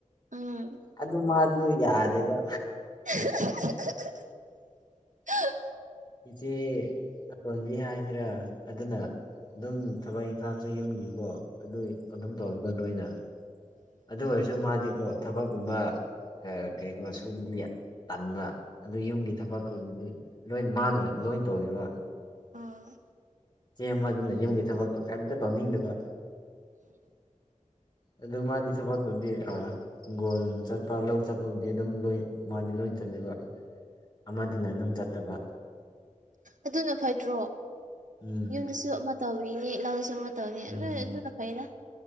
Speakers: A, on the right; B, on the left.
A: ꯎꯝ
B: ꯑꯗꯨ ꯃꯥꯗꯨ ꯌꯥꯗꯦꯕ
A: <inaudible>
B: ꯏꯆꯦ ꯑꯇꯣꯟꯕꯤ ꯍꯥꯏꯁꯤꯔꯥ ꯑꯗꯨꯅ ꯑꯗꯨꯝ ꯊꯕꯛ ꯏꯪꯈꯥꯡꯁꯨ ꯌꯨꯝꯒꯤꯀꯣ ꯑꯗꯨ ꯑꯗꯨꯝ ꯇꯧꯋꯕ ꯑꯣꯏꯅ
A: ꯎꯝ
B: ꯑꯗꯨ ꯑꯣꯏꯔꯁꯨ ꯃꯥꯗꯤꯀꯣ ꯊꯕꯛꯀꯨꯝꯕ ꯀꯩꯀꯨꯝ ꯁꯨꯕꯗꯤ ꯇꯟꯕ ꯑꯗꯨ ꯌꯨꯝꯒꯤ ꯊꯕꯛꯇꯨꯗꯤ ꯂꯣꯏ ꯃꯥꯅ ꯂꯣꯏ ꯇꯧꯔꯤꯕ
A: ꯑꯣꯥ
B: ꯆꯦꯃ ꯑꯗꯨꯅ ꯌꯨꯝꯒꯤ ꯊꯕꯛꯇꯣ ꯀꯔꯤꯝꯇ ꯇꯧꯅꯤꯡꯗꯕ ꯑꯗꯨ ꯃꯥꯗꯤ ꯊꯕꯛꯇꯨꯗꯤ ꯍꯤꯡꯒꯣꯜ ꯆꯠꯄ ꯂꯧ ꯆꯠꯄꯕꯨꯗꯤ ꯑꯗꯨꯝ ꯂꯣꯏ ꯃꯥꯗꯤ ꯂꯣꯏ ꯆꯠꯂꯦꯕ ꯑꯃꯗꯨꯅ ꯑꯗꯨꯝ ꯆꯠꯇꯕ
A: ꯑꯗꯨꯅ ꯐꯠꯇ꯭ꯔꯣ
B: ꯎꯝ
A: ꯌꯨꯝꯗꯁꯨ ꯑꯃ ꯇꯧꯤꯅꯦ ꯂꯥꯎꯗꯁꯨ ꯑꯃ ꯇꯧꯅꯤ
B: ꯎꯝ
A: ꯅꯣꯏ ꯑꯗꯨꯅ ꯀꯩꯗ